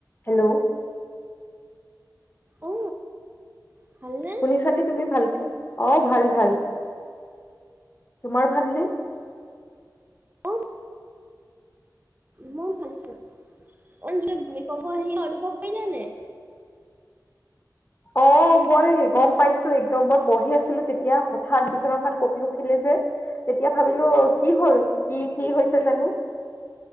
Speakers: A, on the left; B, on the right.
A: Hello
B: অ ভাল নে
A: শুনিছানে তুমি ভালকে অ ভাল ভাল তোমাৰ ভালনে?
B: অ', মই ভালছা অ জ ভূমিকম্প আহি অনুভৱ কৰিলোনে
A: অ মই গম পাইছো একদম মই পঢ়ি আছিলো তেতিয়া হঠাৎ বিচনা খন কপি উঠিলে যে তেতিয়া ভাবিলো কি হল কি কি হৈছে জানো